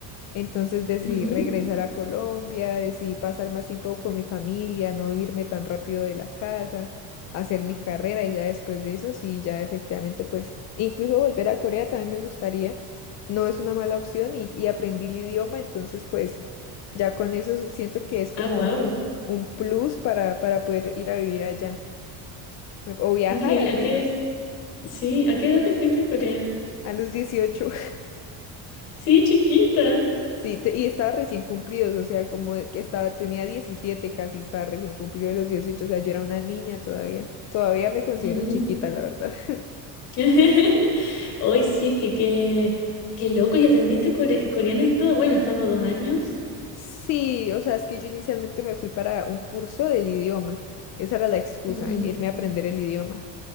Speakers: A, on the left; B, on the left.
A: Entonces decidí
B: ujú.
A: regresar a Colombia, decidí pasar más tiempo con mi familia, no irme tan rápido de la casa, hacer mi carrera y ya después de eso sí, ya efectivamente pues incluso volver a Corea también me gustaría, no es una mala opción y, y aprendí el idioma, entonces pues ya con eso s- siento que es como
B: Ah, wow,
A: un plus para, para poder ir a vivir allá me- o viajar
B: qué increíble.
A: al
B: ¿A
A: menos
B: qué, sí, a qué edad te fuiste a Corea?
A: a los dieciocho
B: Sí, chiquita.
A: Sí, te- y estaba recién cumplidos, o sea, como es que estaba, tenía 17 casi, estaba recién cumplido de los dieciocho o sea, yo era una niña todavía. Todavía me considero
B: Ujú.
A: chiquita, la verdad. <laughs>
B: <laughs> Hoy sí, es que qué, qué loco, y aprendiste core- coreano y todo, bueno, estando dos años.
A: Sí, o sea, es que yo inicialmente me fui para un curso del idioma. Esa era la excusa,
B: Ujú.
A: irme a aprender el idioma.